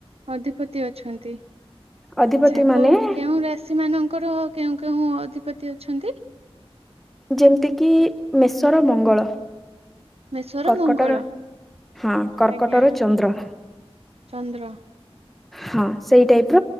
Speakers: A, on the right; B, in the centre.
A: ଅଧିପତି ଅଛନ୍ତି
B: ଅଧିପତି
A: ଆଛା
B: ମାନେ
A: କୋଉ କେଉଁ ରାଷି ସେମାନଙ୍କର କେଉଁ କେଉଁ ଅଧିପତି ଅଛନ୍ତି?
B: ଯେମିତିକି ମେଷର ମଙ୍ଗଳ।
A: ମେଷର
B: କର୍କଟର
A: ମଙ୍ଗଳ
B: ହଁ କର୍କଟର
A: ଆଜ୍ଞା
B: ଚନ୍ଦ୍ର।
A: ଚନ୍ଦ୍ର
B: ହଁ ସେଇ ଟାଇପ